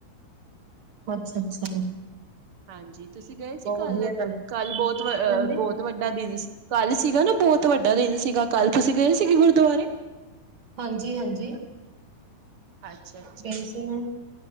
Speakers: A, on the right; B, on the right.
A: ਅੱਛਾ-ਅੱਛਾ।
B: ਹਾਂਜੀ, ਤੂਸੀ ਗਏ ਸੀ ਕਾੱਲ,
A: ਵਧੀਆ ਗੱਲ
B: ਕਾੱਲ ਬੋਤ ਵ ਅ
A: ਹਾਂਜੀ
B: ਬੋਤ ਵੱਡਾ ਦਿਨ ਸੀ, ਕਾੱਲ ਸੀਗਾ ਨਾ ਬੋਤ ਵੱਡਾ ਦਿਨ ਸੀਗਾ, ਕਾੱਲ ਤੂਸੀ ਗਏ ਸੀਗੇ ਗੁਰਦੁਆਰੇ?
A: ਹਾਂਜੀ-ਹਾਂਜੀ
B: ਅੱਛਾ ਅੱਛਾ
A: ਗਈ ਸੀ ਮੈਂ,